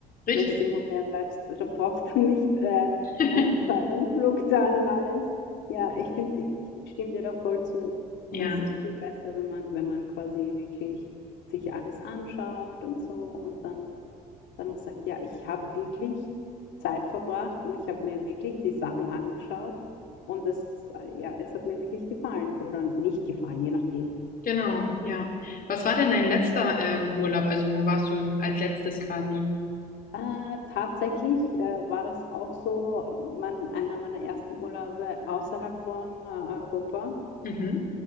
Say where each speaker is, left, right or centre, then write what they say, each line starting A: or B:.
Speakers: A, on the left (about 45°); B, on the left (about 60°).
A: Richtig.
B: Wenn du im Hotel bleibst, <laughs> da brauchst du nicht äh,
A: <laughs>
B: einen teuren Flug zahlen und alles. Ja, ich finde, ich, ich stimme dir da voll zu.
A: Ja.
B: Es ist viel besser, wenn man, wenn man quasi wirklich sich alles anschaut und so und dann, dann auch sagt, ja, ich habe wirklich Zeit verbracht und ich habe mir wirklich die Sachen angeschaut und das, äh, ja, es hat mir wirklich gefallen oder nicht gefallen, je nachdem.
A: Genau, ja. Was war denn dein letzter ähm, Urlaub? Also wo warst du als letztes quasi?
B: Äh, tatsächlich äh, war das auch so, mein, einer meiner ersten Urlaube außerhalb von äh, Europa.
A: Mhm.